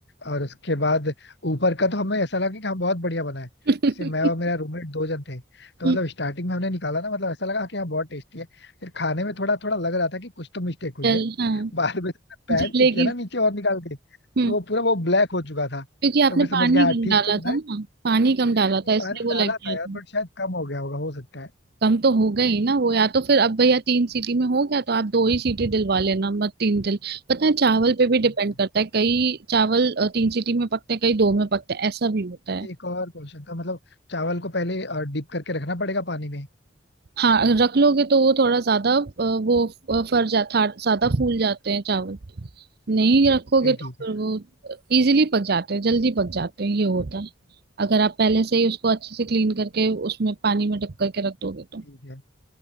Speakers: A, on the left; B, on the right.
A: और उसके बाद ऊपर का तो हमें ऐसा लगा कि हम बहुत बढ़िया बनाए
B: <laughs>
A: जैसे मैं और मेरा रूममेट दो जन थे तो
B: हम्म,
A: मतलब स्टार्टिंग में हमने निकाला ना मतलब ऐसा लगा कि हाँ बहुत टेस्टी है फिर खाने में थोड़ा थोड़ा लग रहा था कि कुछ तो मिस्टेक हुई
B: जल
A: है
B: हाँ
A: बाद में पैन
B: जलेगी
A: चेक किया ना नीचे और निकाल के तो
B: हम्म
A: वो पूरा वो ब्लैक हो चुका था
B: क्योंकि आपने
A: तो फिर समझ
B: पानी
A: गया हाँ
B: कम
A: ठीक
B: डाला
A: तो
B: था
A: बना है
B: ना पानी कम
A: नहीं,
B: डाला था इसलिए
A: पानी
B: वो
A: डाला
B: लग गया
A: था यार
B: था
A: बट शायद कम हो गया होगा हो सकता है
B: कम तो हो गई ना वो या तो फिर अब भैया तीन सीटी में हो गया तो आप दो ही सीटी दिलवा लेना मत तीन दिल पता है चावल पे भी
A: ठीक
B: डिपेंड
A: है
B: करता है कई चावल अ, तीन सीटी में पकते हैं कई दो में पकते हैं ऐसा भी होता है
A: एक और क्वेश्चन था मतलब चावल को पहले डिप करके रखना पड़ेगा पानी में
B: हाँ रख लोगे तो वो थोड़ा ज्यादा अ, वो अ, फर जाता ज्यादा फूल जाते हैं चावल नहीं रखोगे
A: फिर ठीक
B: तो फिर
A: है
B: वो इजीली पक जाते हैं जल्दी पक जाते हैं ये होता है अगर आप पहले से ही उसको अच्छे से क्लीन करके उसमें पानी में डुब करके रख दोगे तो
A: ठीक है